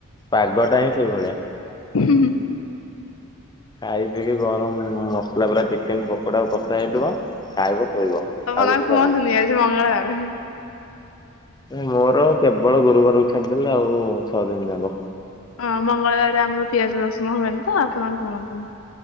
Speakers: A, on the left; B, on the left.
A: ପାଗ ଟା ହିଁ ସେଇ ଭଳିଆ।
B: ହୁଁ ହୁଁ।
A: ଖାଇଦେଇକି ଗରମ ମସଲା ପୁରା ଚିକେନ ପକୋଡା କଷା ହେଇଥିବ ଖାଇବ ଶୋଇବ, ଆଉ
B: କ
A: କିଛି
B: କୁହନ୍ତୁନି
A: କାମ
B: ଆଜି ମଙ୍ଗଳବାରେ।
A: ନାଇ ମୋର କେବଳ ଗୁରୁବାରକୁ ଛାଡିଦେଲେ ଆଉ ଛଅ ଦିନ ଯାକ।
B: ହଁ ମଙ୍ଗଳବାରରେ ଆମର ପିଆଜ ରସୁଣ ହୁଏନି ତ ଆପଣ ଆଉ କୁହନ୍ତୁନି।